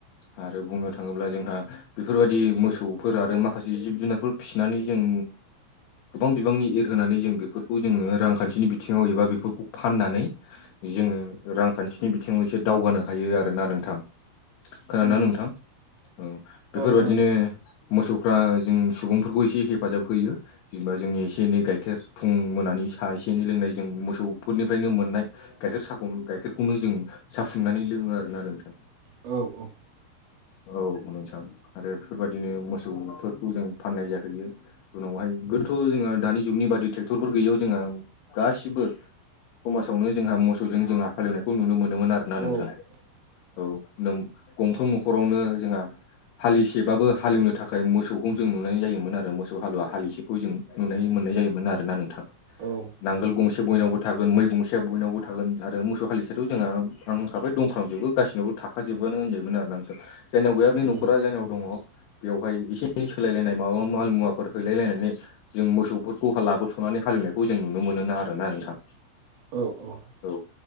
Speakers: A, on the left; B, on the right.
A: आरो बुंनो थाङोब्ला जोंहा बेफोरबायदि मोसौफोर आरो माखासे जिब जुनारफोर फिसिनानै जों गोबां बिबांनि एरहोनानै जों बेफोरखौ जोङो रांखान्थिनि बिथिङाव एबा बेफोरखौ फाननानै जोङो रांखान्थिनि बिथिङाव एसे दावगानो हायो आरोना नोंथां। खोनादोंना
B: उम
A: नोंथां? औ बेफोरबादिनो
B: औ खोनादों
A: मोसौफ्रा जों सुबुंफोरखौ एसे हेफाजाब होयो। जेनेबा जोंनि एसे एनै गाइखेर फुं मोनानि साहा एसे एनै लोंनाय जों मोसौफोरनिफ्रायनो मोननाय गाइखेर साखौनो गाइखेरखौनो जों साफुंनानै लोङो आरोना नोंथां।
B: औ औ
A: औ नोंसां आरो बेफोरबायदिनो मोसौफोरखौ जों फाननाय जाहैयो उनावहाय गोदोथ' जोङो दानि जुगनि बादि ट्रेक्टरफोर गैयैयाव जोंहा गासिबो समाजावनो जोंहा मोसौजों जोंहा हालिवनायखौ नुनो मोनोमोन आरोना
B: औ
A: नोंथां औ गंफ्रोम न'खरावनो जोंहा हालिसेबाबो हालेवनो थाखाय मोसौखौ जों नुनानै जायोमोन आरो मोसौ हालुवा हालिसेखौ जों नुनाय मोननाय जायोमोन आरो ना नोंथां
B: औ
A: नांगोल
B: उम
A: गंसे बयनावबो थागोन मैगंसेाया बयनावबो थागोन आरो मोसौ हालिसेथ' जोंहा आं होखाबाय दंफ्र्लामजोबो गासिनावबो थागोन खाजोबबानो होनजायोमोन आरोना नोंथां। जायनाव गैया बे
B: औ
A: नखरा जायनाव दङ बेवहाय एसे एनै सोलायलायनाय माबा माल मुवाफोर हैलायलायनानै जों मोसौफोरखौ लाबोस'नानै हाललिवनायखौ जों नुनो मोनोना आरोना नोंथां
B: औ औ
A: औ